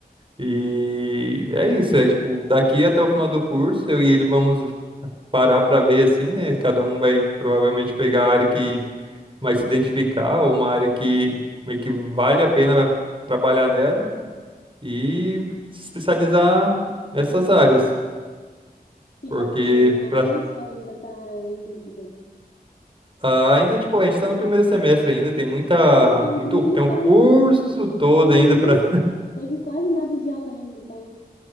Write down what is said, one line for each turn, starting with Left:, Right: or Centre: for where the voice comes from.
Right: E é isso, é tipo, daqui até o final do curso, eu e ele vamos parar para ver assim, né? Cada um vai provavelmente pegar a área que mais se identificar, ou uma área que meio que vale a pena trabalhar nela e se especializar nessas áreas.
Left: Você
Right: Porque
Left: já pensou em alguma
Right: pra-
Left: coisa ou ainda está em dúvida?
Right: ah, ainda, tipo, a gente está no primeiro semestre ainda, tem muita,
Left: Ah, tá no
Right: muito,
Left: primeiro,
Right: tem
Left: então
Right: um curso todo
Left: teve
Right: ainda
Left: muito,
Right: para,
Left: teve quase nada de aula ainda, então.